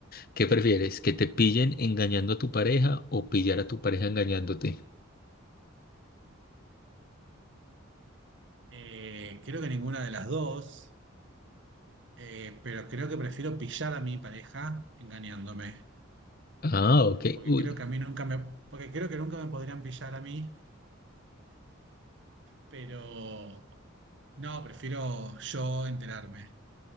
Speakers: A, on the left; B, on the right.
A: ¿Qué prefieres? ¿Que te pillen engañando a tu pareja o pillar a tu pareja engañándote?
B: Eh, creo que ninguna de las dos, eh, pero creo que prefiero pillar a mi pareja engañándome,
A: Ah, ok.
B: porque
A: Uy,
B: creo que a mí nunca me, porque creo que nunca me podrían pillar a mí, pero No, prefiero yo enterarme.